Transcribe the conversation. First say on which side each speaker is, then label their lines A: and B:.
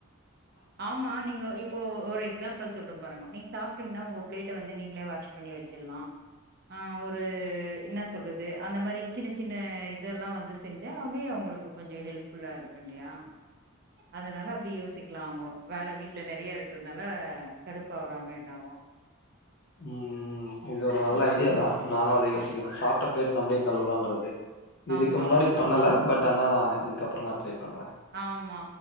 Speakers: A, on the right; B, on the left.
A: ஆமா நீங்க இப் போ ஒரு எக்ஸாம்பிள் சொல்றே பாருங்க நீங் சாப்ட்டீங்னா உங்க பிளேட்ட வந்து நீங்ளே வாஷ் பண்ணி வச்சிர்லா ஆ ஒரு என்ன சொல்றது அந்த மாரி சின்ன சின்ன இதெல்லா வந்து செஞ்சா அவே அவங்களுக்கு கொஞ்சோ ஹெல்ப்ஃபுல்லா இருக்கு இல்லையா அதனால அப்டி யோசிக்கலாகோ வேலை வீட்டுல நெறைய இருக்குறதுனால கடுப்பு ஆவுறாங்க என்னாவே
B: ம்ம் இது ஒரு நல்ல
A: ம்.
B: ஐடியா தா நானு அத யோசிக்கிறே சாப்ட்ட பிளேட் நம்ளே கழுவுலான்றது இதுக்கு
A: ஆமா
B: முன்னாடி பண்ணல பட் ஆனா இதுக்கப்புரோ நா ட்ரை பண்ற
A: ஆமா